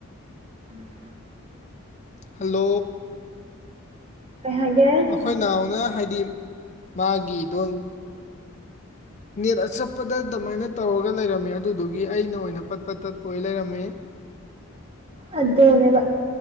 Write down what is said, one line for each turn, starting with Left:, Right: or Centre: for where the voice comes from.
Right: ꯎꯝ <unintelligible>
Left: ꯍꯜꯂꯣ
Right: ꯀꯩ ꯍꯥꯏꯒꯦ
Left: ꯑꯩꯈꯣꯏ ꯅꯥꯎꯅ ꯍꯥꯏꯗꯤ ꯃꯥꯒꯤꯗꯣꯟ ꯅꯦꯠ ꯑꯆꯠꯄꯗ ꯑꯗꯨꯃꯥꯏꯅ ꯇꯧꯔꯒ ꯂꯩꯔꯝꯃꯦ ꯑꯗꯨꯗꯨ ꯑꯗꯨꯒꯤ ꯑꯩꯅ ꯑꯣꯏꯅ ꯄꯠ ꯄꯥꯠ ꯇꯠꯄ ꯑꯣꯏ ꯂꯩꯔꯝꯃꯦ
Right: ꯑꯗꯨꯗꯦꯅꯦꯕ